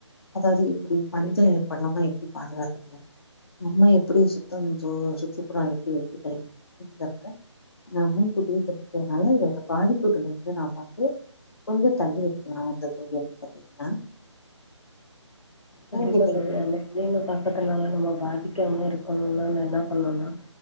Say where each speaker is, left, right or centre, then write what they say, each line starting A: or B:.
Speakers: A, on the left; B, on the left.
A: அதாவ்து எப்டி பஞ்சம் ஏற்படாம எப்டி பாதுகாத்துக்கணு நம்ம எப்புடி சுத்தம் சோ சுற்றுப்புறோ எப்டி வெச்சுக்லா அப்டிங்றத நா முன்கூட்டியே தெரிஞ்சிக்கதுனால இதோட பாதிப்புகள் வந்து நா வந்து கொஞ்சோ தள்ளி இருக்கலா அந்த தூரோ வந்து பாத்திங்ன்னா
B: கண்டிப்பா
A: கேட்டீங்கன்னா
B: தெரியாத்ல என்னனு பாக்கர்துனால நம்போ பாதிக்காம இருக்கணுன்னா நா இன்னா பண்லான்னா